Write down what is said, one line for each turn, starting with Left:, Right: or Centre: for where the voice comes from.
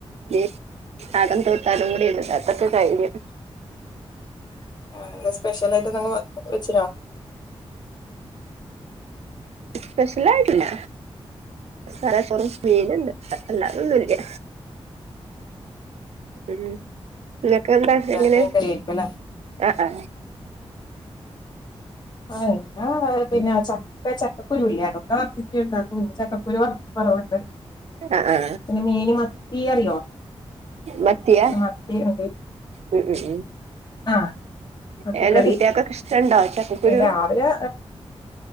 Right: ഇ ആടെൻ തോട്ട് അതുംകൂടിണ്ട് താക്കാൻ ക്കേ കഴിഞ്ഞു
Left: ആ എന്താ സ്പെഷ്യൽ ആയിട്ട്ന്തേലു വെച്ചനോ
Right: സ്പെഷ്യൽ ആയിട്ടില്ല തലച്ചോറും മീന്ണ്ട് അല്ലാതൊന്നുല് ല്യ ഉം ങ്ങക്കെ എന്താ ചെ ങ്ങനെ
Left: മീൻകറി ആയിരിക്കും അല്ലേ
Right: ആ ആ
Left: ആയനിം ആ പിന്നെ ചക്ക ചക്കുരു ഇല്ല അതൊക്കെ പിറ്റ് ണ്ടാക്കും ചക്കക്കുരൊ പ <unintelligible>
Right: ആ ആ
Left: പിന്നെ മീൻ മത്തി അറിയോ
Right: മത്തിയാ
Left: മത്തി ഉണ്ട്
Right: ഉം ഉം ഉം
Left: ആഹ് മത്തിക്കറി
Right: എങ്ങനെ കുട്ടികൾക്കൊക്കെ ഇഷ്ടണ്ടോ ചക്കക്കുരു
Left: രാവിലെ